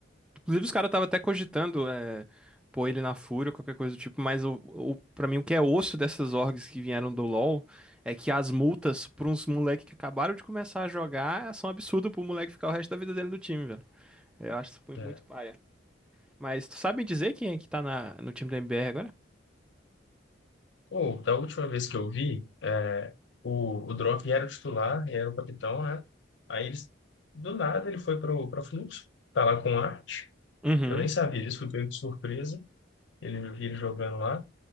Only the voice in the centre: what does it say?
Inclusive, os caras estavam até cogitando é, pôr ele na Fúria, qualquer coisa do tipo, mas o, o, pra mim o que é osso dessas orgs que vieram do LoL é que as multas pra uns moleques que acabaram de começar a jogar são absurdas pro moleque ficar o resto da vida dele no time, velho. Eu acho isso mu-
muito paia. Mas tu sabe me dizer quem é que tá na, no time da MBR agora?
Uhum.